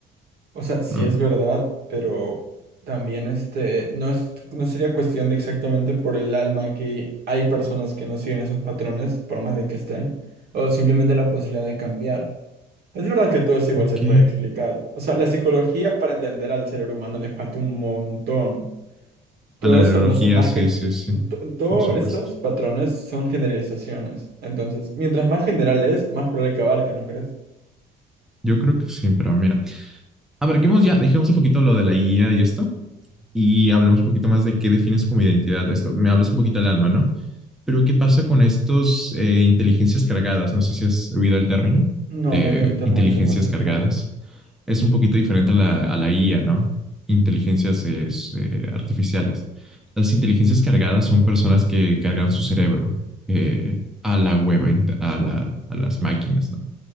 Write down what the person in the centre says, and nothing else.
¿no?
Ok.
A la
neurología,
sí,
sí, sí,
por supuesto.
Yo creo que sí, pero mira. Abarquemos ya, dejemos un poquito lo de la guía y esto, y hablemos un poquito más de qué defines como identidad. Esto me hablas un poquito al alma, ¿no? Pero ¿qué pasa con estos eh, inteligencias cargadas? No sé si has oído el término
de
inteligencias
cargadas. es un poquito diferente a la, a la IA, ¿no? Inteligencias eh, eh, artificiales. Las inteligencias cargadas son personas que cargan su cerebro eh, a la web, a, la, a las máquinas, ¿no?